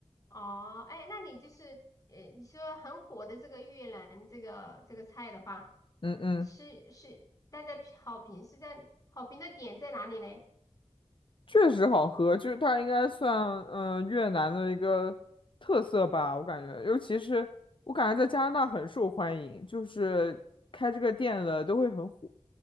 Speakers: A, on the left (about 30°); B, on the left (about 45°).
A: 哦，哎，那你就是呃，你说很火的这个越南这个这个菜的话，
B: 嗯嗯，
A: 是是大家好评是在好评的点在哪里嘞？
B: 确实好喝，就是它应该算嗯、呃越南的一个特色吧，我感觉，尤其是我感觉在加拿大很受欢迎，就是开这个店的都会很火，